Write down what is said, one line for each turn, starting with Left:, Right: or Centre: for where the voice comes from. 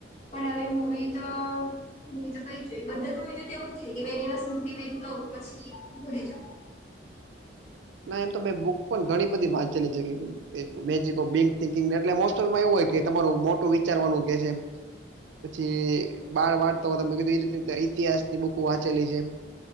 Left: પણ હવે મૂવી તો. હું તો કઈ જોઈએ, બધા જો એવું થાય કે, બે દિવસ મોટીવેટ તોઉં પછી ઘરી જઉ.
Right: ના, એમ તો મેં બુક પણ ઘણી-બધી વાંચેલી છે, ઓ માં એવું હોય કે, તમારું મોટું વિચારવાનું કે છે, પછી બાળ વાળતો તો બી. ઈતિહાસ ની બુકો વાંચેલી છે,